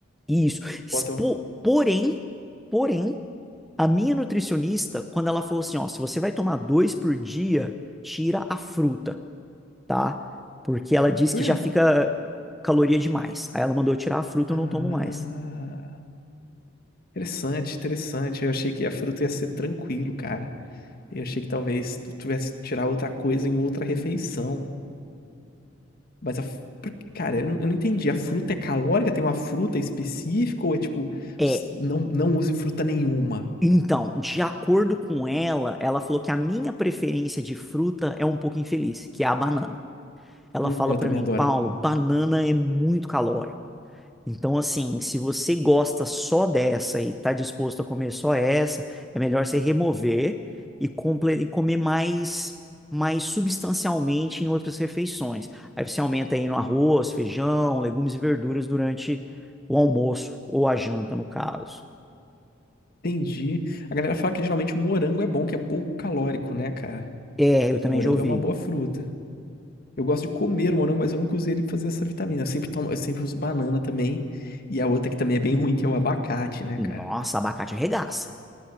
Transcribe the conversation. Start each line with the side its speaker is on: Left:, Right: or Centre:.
Centre: Isso. Espo-
Left: bota. um-
Centre: Porém, porém, a minha nutricionista, quando ela falou assim, ó, se você vai tomar dois por dia, tira a fruta. tá? Porque ela diz
Left: Por
Centre: que
Left: quê?
Centre: já fica caloria demais. Aí ela mandou eu tirar a fruta,
Left: Ah.
Centre: eu não tomo mais.
Left: Interessante, interessante. Eu achei que a fruta ia ser tranquilo, cara. Eu achei que talvez tu tivesse que tirar outra coisa em outra refeição. Mas a. f- por que- Cara, eu não, eu não entendi. A fruta é calórica? Tem uma fruta específica? Ou é tipo,
Centre: É,
Left: s- não, não use fruta nenhuma?
Centre: então, de acordo com ela, ela falou que a minha preferência de fruta é um pouco infeliz, que é a banana. Ela
Left: Hum,
Centre: fala
Left: eu
Centre: pra
Left: também
Centre: mim,
Left: adoro.
Centre: Paulo, banana é muito calórica. Então, assim, se você gosta só dessa e está disposto a comer só essa, é melhor você remover e, comple- e comer mais, mais substancialmente em outras refeições. Aí você aumenta aí no arroz, feijão, legumes e verduras durante o almoço ou a janta, no caso.
Left: Entendi. A galera fala que geralmente o morango é bom, que é pouco calórico, né, cara?
Centre: É, eu também
Left: O morango
Centre: já ouvi.
Left: é uma boa fruta. Eu gosto de comer o morango, mas eu nunca usei ele pra fazer essa vitamina. Eu sempre tomo, eu sempre uso banana também. E a outra que também é bem ruim, que é o abacate, né,
Centre: Nossa,
Left: cara?
Centre: abacate arregaça.